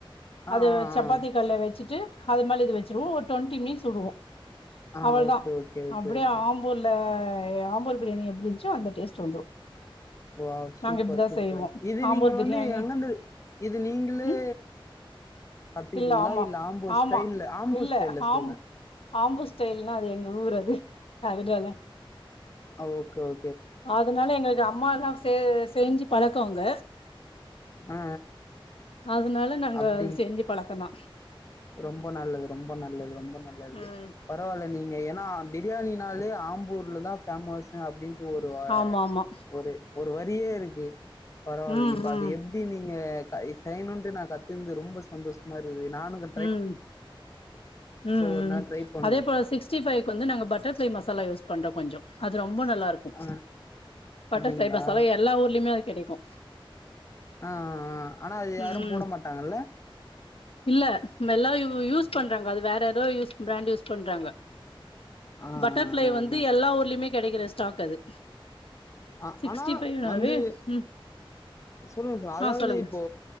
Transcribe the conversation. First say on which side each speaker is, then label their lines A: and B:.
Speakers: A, on the left; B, on the left.
A: ஆ
B: அது
A: ஆ
B: சப்பாத்தி
A: ஆ
B: கல்ல வச்சிட்டு அது மேல இது வச் சிருவோ ஒரு டொண்டி மினிட்ஸ்வுடுவோ
A: ஆ
B: அவளதா
A: ஓகே ஓகே ஓகே
B: அப்பிடியே
A: ஓகே
B: ஆம்பூல எ ஆம்பூர் பிரியாணி எப்பிடியிருந்ச்சோ அந்த டேஸ்ட் வந்துரு
A: வாவ் சூப்பர்
B: நாங்க இப்டிதா
A: சூப்பர்
B: செய்வோ
A: இது
B: ஆம்பூர்
A: நீங்க
B: பிரியாணி
A: வந்து எங்கந்து இது நீங்களே
B: ம்
A: கத்துக்கிட்டீங்களா
B: இல்ல ஆமா
A: ஆம்பூர்
B: ஆமா
A: ஸ்டைல்ல ஆம்பூர்
B: இல்ல
A: ஸ்டைல்ல சொல்றே
B: ஆம்பு ஆம்பூர் ஸ்டைல்ன்னா அது எங்க ஊர் அது அதுனால
A: ஓகே ஓ
B: அதனால எங்களுக்கு அம்மா இல்லாம செ செஞ்சி பழக்குவாங்க
A: ஆ
B: அதனால நாங்க
A: அப்டி
B: செஞ்சி பழக்கதா
A: ரொம்ப நல்லது ரொம்ப நல்லது ரொம்ப நல்லது
B: ம்
A: பரவாயில்ல நீங்க என் நா பிரியாணினாலே ஆம்பூர்லதா பேமஸ் அப்பிடின் ஒரு வ
B: ஆமா ஆமா
A: ஒரு ஒரு வரியே இருக்கு பரவால்ல
B: ம்
A: இப்ப
B: ம்
A: அது எப்டி நீங்க க இது செய்ணும்னு நா கத்துருந்து ரொம்ப சந்தோஷமா இருக்குது நானு க
B: ம் ம்
A: ஒரு
B: ம்
A: நாள் ட்ரை பண்ணுவோ.
B: அதே போல சிக்ஸ்டி ஃபைவ்க்கு வந்து நாங்க பட்டர்ஃப்ளை மசாலா யூஸ் பண்றோ கொஞ்சோ அது ரொம்ப நல்லா இருக்கு
A: ஆ
B: பட்டர்ஃப்ளை
A: அப்டிங்களா
B: மசாலா எல்லா ஊர்லயுமே அது கெடைக்கு
A: ஆ ஆ ஆனா அது யாரு
B: ம்
A: போட மாட்டாங்கல்ல
B: இல்ல எல்லா இது யூஸ் பண்றாங்க அது வேற ஏதோ யூஸ் பிராண்ட் யூஸ் பண்றாங்க
A: ஆ
B: பட்டர்ஃப்ளை
A: ஆ ஆ
B: வந்து எல்லா ஊர்லயுமே கெடைக்கற ஸ்டாக் அது
A: அ
B: சிக்ஸ்டி
A: ஆனா
B: ஃபைவ்னாவே
A: வந்து
B: ம்
A: சொல்லுங்க ச அதாவது
B: ஆ சொல்லுங்க
A: இப்போ